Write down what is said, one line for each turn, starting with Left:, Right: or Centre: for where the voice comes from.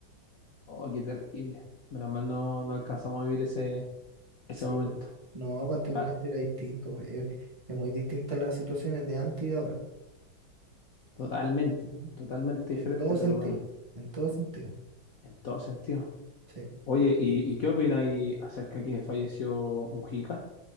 Left: Oh, qué terrible. Menos mal no, no alcanzamos a vivir ese, ese
Right: Sí.
Left: momento.
Right: No, pues antiguamente
Left: Ah,
Right: era distinto, pues, Es, es muy distinta las situaciones de antes y de ahora.
Left: Totalmente,
Right: ¿no?
Left: totalmente
Right: En
Left: diferente,
Right: todo
Left: pero
Right: sentido,
Left: bueno,
Right: en todo sentido.
Left: en todo sentido.
Right: Sí.
Left: Oye, ¿y, y qué opináis acerca que falleció Mujica?